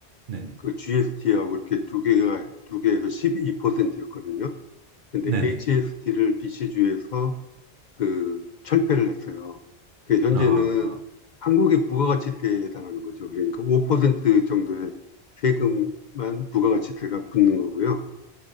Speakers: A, on the right (about 55°); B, on the left (about 55°).
A: 네네
B: 그 GST하고 이렇게 두 개가, 두 개에서 12%였거든요. 근데
A: 네네
B: HST를 BC주에서 그 철폐를 했어요. 그 현재는
A: 아
B: 한국의 부가가치세에 해당하는 거죠. 그러니까 5% 정도의 세금만 부가가치세가 붙는 거고요.